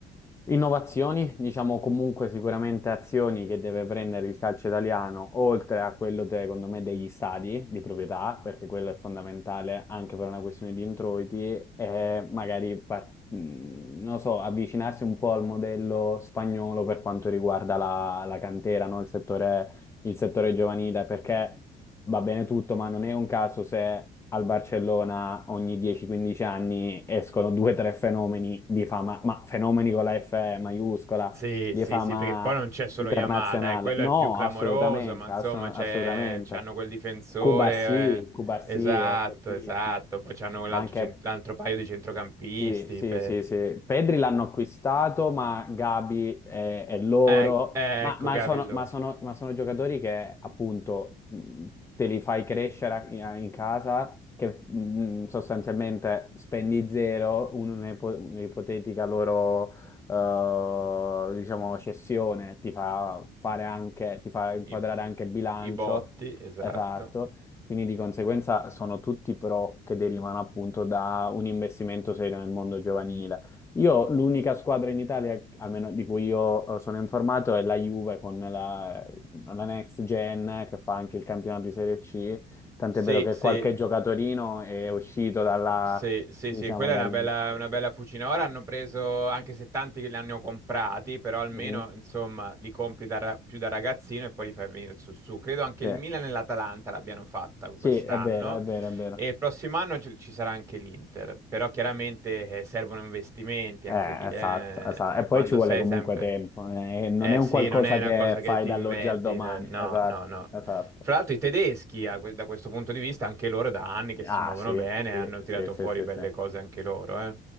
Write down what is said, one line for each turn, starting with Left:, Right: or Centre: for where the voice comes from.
Left: innovazioni, diciamo comunque sicuramente azioni che deve prendere il calcio italiano, oltre a quello, de- secondo me, degli stadi di proprietà, perché quello è fondamentale anche per una questione di introiti, è magari, par- mh, non lo so, avvicinarsi un po' al modello spagnolo per quanto riguarda la, la cantera, no? Il settore il settore giovanile, perché va bene tutto, ma non è un caso se al Barcellona ogni 10-15 anni escono due o tre fenomeni di fama, ma fenomeni con la F maiuscola,
Right: Sì,
Left: di
Right: sì,
Left: fama
Right: sì, perché poi non c'è solo
Left: internazionale.
Right: Yamal, eh, quello
Left: No,
Right: è il più clamoroso,
Left: assolutamente,
Right: ma insomma
Left: ass- assolutamente.
Right: c'è, c'hanno quel difensore,
Left: Cubarsì, Cubarsì
Right: eh, esatto,
Left: è fortissimo,
Right: esatto, poi c'hanno quell'altro
Left: ma anche
Right: cent- l'altro paio di centrocampisti,
Left: sì, sì,
Right: beh.
Left: sì, sì. Pedri l'hanno acquistato, ma Gabi è, è loro.
Right: Eh, eh,
Left: Ma,
Right: ecco,
Left: ma
Right: Gavi,
Left: sono,
Right: allora.
Left: ma sono- ma sono giocatori che appunto mh, te li fai crescere in, in casa, che mh, sostanzialmente spendi zero, un- un'ipo- un'ipotetica loro eh, diciamo cessione ti fa fare anche, ti fa inquadrare
Right: I,
Left: anche il bilancio.
Right: i botti, esatto.
Left: Esatto. Quindi di conseguenza sono tutti pro che derivano appunto da un investimento serio nel mondo giovanile. Io l'unica squadra in Italia, almeno di cui io eh, sono informato, è la Juve con la, la Next Gen che fa anche il campionato di Serie C. Tant'è
Right: Sì,
Left: vero che
Right: sì,
Left: qualche giocatorino è uscito dalla,
Right: sì, sì,
Left: diciamo,
Right: sì, quella
Left: dal
Right: è una bella,
Left: Next Gen.
Right: una bella fucina. Ora hanno preso, anche se tanti che li hanno comprati, però almeno,
Left: Mhm.
Right: insomma, li compri da ra- più da ragazzino e poi li fai venire su su. Credo anche
Left: Sì.
Right: il Milan e l'Atalanta l'abbiano fatta quest'anno.
Left: Sì, è vero, è vero, è vero.
Right: E il prossimo anno ci ci sarà anche l'Inter, però chiaramente eh, servono investimenti
Left: Eh,
Right: anche lì,
Left: esatto,
Right: eh.
Left: esatto.
Right: E
Left: E poi
Right: Quando
Left: ci vuole
Right: sei
Left: comunque
Right: sempre...
Left: tempo, eh, non
Right: Eh
Left: è un
Right: sì,
Left: qualcosa
Right: non è una
Left: che
Right: cosa che
Left: fai
Right: ti
Left: dall'oggi
Right: inventi,
Left: al domani,
Right: eh, no,
Left: esatto,
Right: no, no.
Left: esatto.
Right: Fra l'altro i tedeschi, a que- da questo punto di vista, anche loro da anni che si
Left: Ah,
Right: muovono
Left: sì,
Right: bene,
Left: sì,
Right: hanno
Left: sì,
Right: tirato
Left: sì,
Right: fuori
Left: sì,
Right: belle
Left: sì.
Right: cose anche loro, eh.